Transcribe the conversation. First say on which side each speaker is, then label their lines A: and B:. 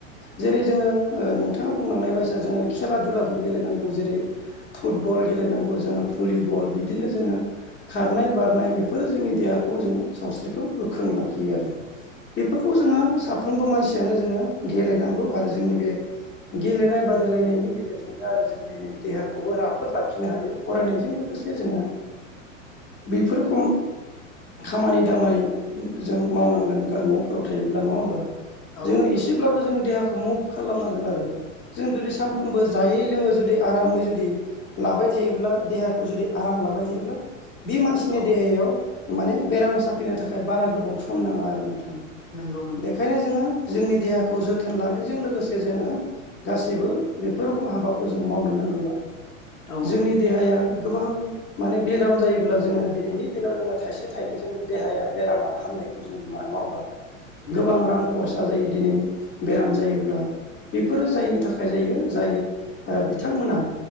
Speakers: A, on the left; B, on the left.
A: जेरै जोङो ओ नोंथाङा बुंलांनाय बायसा जोङो खेला दुलाखौ गेलेनांगौ। जेरै फुटबल गेलेनांगौ जोङो भुलिबल बिदिनो जोङो खारनाय बारनाय बेफोरो जोंनि देहाखौ जोङो सावस्रिखौ गोख्रों लाखियो आरो। बेफोरखौ जोङो साफ्रोमबो मानसियानो जोङो गेलेनांगौ आरो जोंनि बे गेलेनाय बादायलायनायनि गेजेरजोंनो आरो जों दिनै देहा खौबो राफोद लाखिनो हायो फरायनायजों लोगोसे जोङो बेफोर रखम खामानि दामानि जों मावनांगोन गा न'फोराव थायोब्ला। नङा होमब्ला?
B: औ
A: जोङो
B: नंगौ
A: इसेब्लाबो जोङो देहाखौ मुभ खालामनांगोन आरो जों जुदि सानफ्रामबो जायै लोङै जुदि आरामै जु दि लाबाय थायोब्ला देहाखौ जुदि आराम लाबाय थायोब्ला बि मानसिनि
B: औ
A: देहायाव माने बेराम साफिनो थाखाय बारा गोबाव सम नाङा आरो नोंथां।
B: नंगौ नंगौ
A: बेखायनो जोङो जोंनि देहाखौ जोथोन लानायजों लोगोसे जोङो गासैबो बेफोर रखम हाबाखौ जों मावनो नांगौ आरो।
B: औ
A: जोंनि देहाया गोबां माने बेराम जायोब्ला जोङो दिनैनि दिनाव जोङो थाइसे थाइनैजों देहाया बेरामा हामनायखौ खौ जों नुवा। नङा होमबा?
B: नंगौ
A: गोबां रां खरसा जायो दिनै बेराम जायोब्ला। बेफोरो जायनि थाखाय जायो जाय ओ बिथांमोना